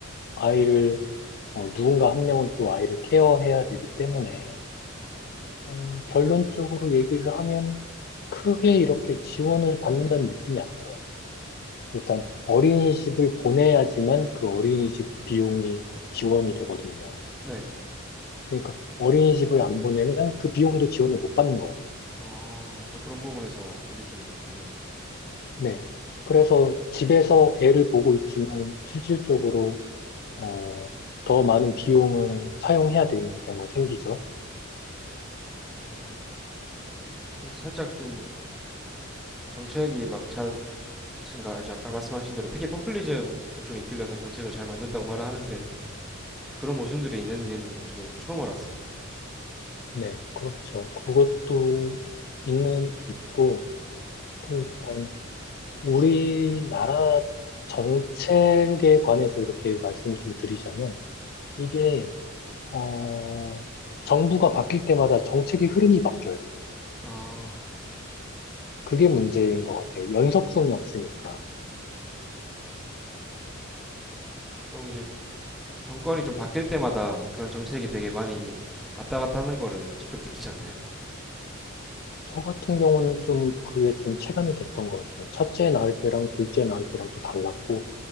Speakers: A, on the left (about 45°); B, in the centre.
A: 아이를 어, 누군가 한 명은 또 아이를 케어해야 되기 때문에 어, 결론적으로 얘기를 하면 크게 이렇게 지원을 받는다는 느낌이 안 들어요. 일단 어린이집을 보내야지만 그 어린이집 비용이 지원이 되거든요.
B: 네.
A: 그러니까 어린이집을 안 보내면 그 비용도 지원을 못 받는 거예요.
B: 아, 또 그런 부분에서 문제점이 있군요.
A: 네. 그래서 집에서 애를 보고 있지만 실질적으로 어, 더 많은 비용을 사용해야 되는 경우가 생기죠.
B: 어, 그래서 살짝 좀 정책이 막잘 친가 이제 아까 말씀하신 대로 특히 퍼플리즘에 좀 이끌려서 정책을 잘 만든다고 말을 하는데 그런 모순들이 있는지는 저도 처음 알았어요.
A: 네, 그렇죠. 그것도 있는 있고 또 일단 우리나라 정책에 관해서 이렇게 말씀을 좀 드리자면 이게 어, 정부가 바뀔 때마다 정책의 흐름이 바뀌어요.
B: 아,
A: 그게 문제인 것 같아요. 연속성이 없으니까.
B: 그럼 이제 정권이 좀 바뀔 때마다 그런 정책이 되게 많이 왔다 갔다 하는 거를 직접 느끼셨나요?
A: 저 같은 경우는 좀 그게 좀 체감이 됐던 것 같아요. 첫째 낳을 때랑 둘째 낳을 때랑 또 달랐고,